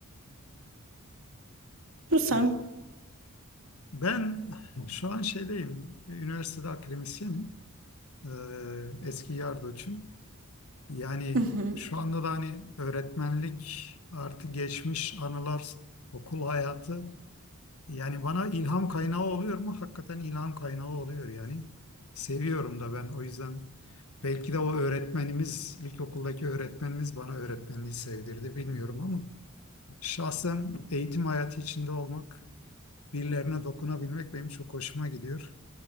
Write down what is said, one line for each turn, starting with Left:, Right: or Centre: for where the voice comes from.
Right: şu sen
Left: Ee, Ben şu an şeydeyim, üniversitede akademisyenim. Ee, Eski yardoçum. Yani
Right: Hı hı.
Left: şu anda da hani öğretmenlik artı geçmiş anılar, okul hayatı Yani bana ilham kaynağı oluyor mu? Hakikaten ilham kaynağı oluyor yani. Seviyorum da ben o yüzden belki de o öğretmenimiz, ilkokuldaki öğretmenimiz bana öğretmenliği sevdirdi bilmiyorum ama şahsen eğitim hayatı içinde olmak, birilerine dokunabilmek benim çok hoşuma gidiyor.